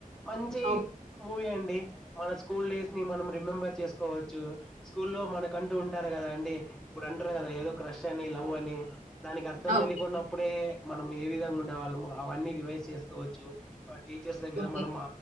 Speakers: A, in the centre; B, on the right.
A: మంచి
B: ఓ
A: మూవీ అన్ డి మన స్కూల్ డేస్ నీ మనం రిమెంబెర్ చేస్కోవచ్చు స్కూల్ లో మన్ కంటూ ఉంటారు కదా అండి ఇప్పుడు అంటారు కదా ఏదో క్రష్ అని లవ్ అని దానికి అర్థం
B: ఓకే.
A: తెలియకున్నప్పుడే మనం ఏ విధంగా ఉండేవాళ్ళము అవన్నీ రివైజ్ చేసుకోవచ్చు టీచర్స్ దగ్గర
B: ఓకే.
A: మనం